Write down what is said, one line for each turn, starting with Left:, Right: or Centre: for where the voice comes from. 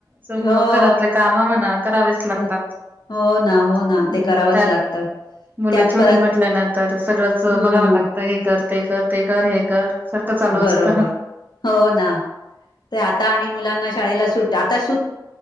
Right: स मग
Left: हो
Right: घरातले काम म्हणा, करावेच लागतात.
Left: हो हो ना, हो
Right: अं,
Left: ना, ते करावंच
Right: त्यात
Left: लागतं.
Right: मुलं
Left: त्यात
Right: छोटी
Left: परत
Right: म्हटल्यानंतर सगळंच
Left: हम्म
Right: बघावं लागत. हे कर, ते कर ते कर, हे कर. सारखं चालू
Left: बरोबर.
Right: असतं
Left: हो ना, ते आता आणि मुलांना शाळेला सुट आताच